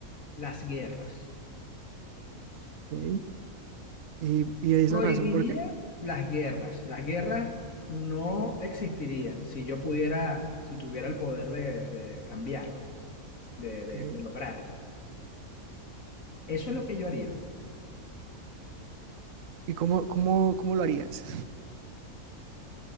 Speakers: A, on the left; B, on the right.
A: las guerras.
B: ok. ¿Y, y esa
A: Prohibiría
B: razón por qué?
A: las guerras. Las guerras no existirían si yo pudiera, si tuviera el poder de, de cambiarlo, pues, de,
B: Ok.
A: de de lograrlo. Eso es lo que yo haría.
B: ¿Y cómo, cómo, cómo lo harías?